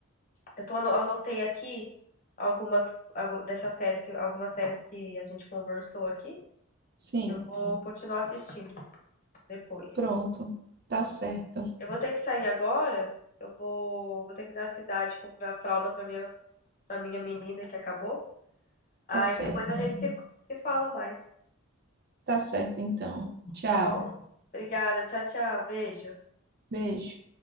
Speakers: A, on the left (about 35°); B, on the right (about 45°).
A: Eu tô, ano- anotei aqui algumas algu- dessa série, que, algumas séries que a gente conversou aqui.
B: Sim,
A: Eu vou continuar assistindo depois.
B: pronto. Tá certo,
A: Eu vou ter que sair agora. Eu vou, vou ter que ir na cidade comprar fralda pra minha, pra minha menina que acabou.
B: tá
A: Aí
B: certo,
A: depois a gente se, se fala mais,
B: tá certo então. Tchau,
A: tá bom? Obrigada, tchau, tchau, beijo.
B: beijo.